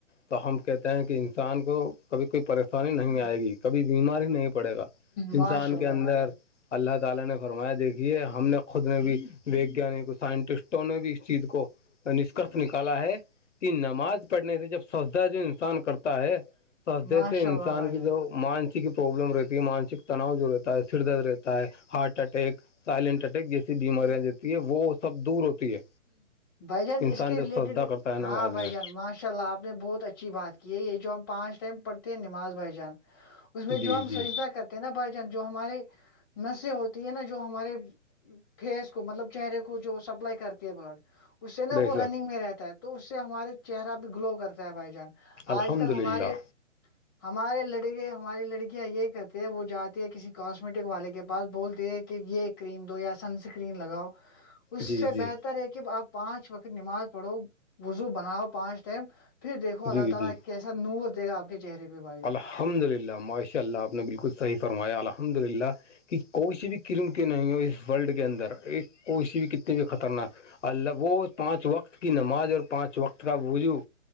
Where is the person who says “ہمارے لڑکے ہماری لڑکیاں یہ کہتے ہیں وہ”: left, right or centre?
Left